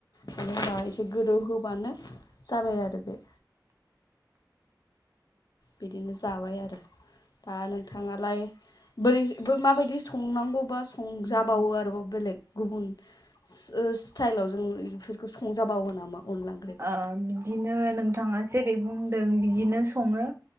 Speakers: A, on the left (about 65°); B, on the right (about 35°).
A: बेनि उनाव एसे गोदौ होबानो जाबाय आरो बे बिदिनो जाबाय आरो दा नोंथाङालाय बोरैबो माबायदि संनांगौबा संजाबावो आरोबाव बेलेग गुबुन ओ स्टाइलाव जों इफोरखौ संजाबावो नामा? अनला ओंख्रिखौ
B: ओ बिदिनो नोंथाङा जेरै बुंदों बिदिनो सङो।